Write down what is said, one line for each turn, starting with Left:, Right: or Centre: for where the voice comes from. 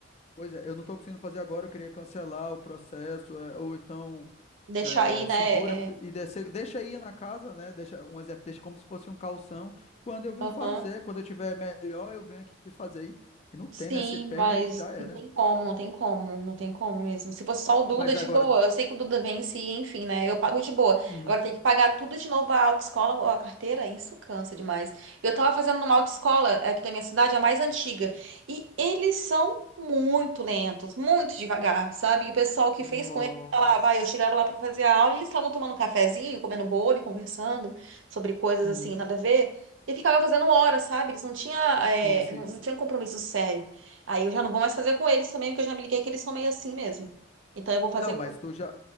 Left: Pois é, eu não estou conseguindo fazer agora, eu queria cancelar o processo, é, ou então
Right: deixar
Left: é,
Right: aí, né?
Left: segura
Right: É,
Left: e desce- deixa aí na casa, né? Deixa um exemplo, deixa como se fosse um calção. Quando eu venho
Right: aham.
Left: fazer, quando eu tiver melhor, eu venho aqui fazer. E, e não
Right: Sim,
Left: tem, né? Você perde
Right: mas
Left: e já era.
Right: não tem como, não tem como, não tem como mesmo. Se fosse só o Duda,
Left: Mas
Right: de
Left: agora.
Right: boa. Eu sei que o Duda vence, enfim, né? Eu pago de boa.
Left: Uhum.
Right: Agora tem que pagar tudo de novo a autoescola ou a carteira, isso cansa demais. Eu tava fazendo numa autoescola aqui da minha cidade, a mais antiga, e eles são muito lentos, muito devagar, sabe? E o pessoal que
Left: Nossa.
Right: fez com eles, tá lá, vai, eu chegava lá pra fazer a aula e eles estavam tomando um cafezinho, comendo bolo e conversando sobre coisas
Left: Uhum.
Right: assim, nada a ver. E ficava fazendo hora, sabe? Eles não tinham, é,
Left: Sim, sim.
Right: não, não tinham compromisso sério. Aí eu já não vou mais fazer com eles também, porque eu já me liguei que eles são meio assim mesmo. Então eu vou fazer
Left: Não,
Right: com.
Left: mas tu já,